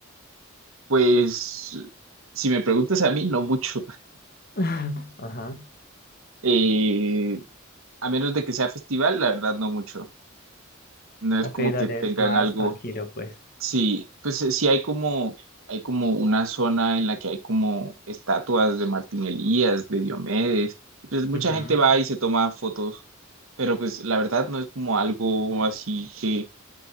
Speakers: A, on the right; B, on the left.
A: Pues, si me preguntas a mí, no mucho. <laughs>
B: <laughs> Ajá.
A: Eh, A menos de que sea festival, la verdad no mucho. No
B: Ok,
A: es como que
B: dale,
A: tengan
B: es más
A: algo.
B: tranquilo, pues.
A: Sí, pues eh, sí hay como, hay como una zona en la que hay como estatuas de Martín Elías, de Diomedes. y Pues mucha
B: Ujú.
A: gente va y se toma fotos, pero pues la verdad no es como algo así que,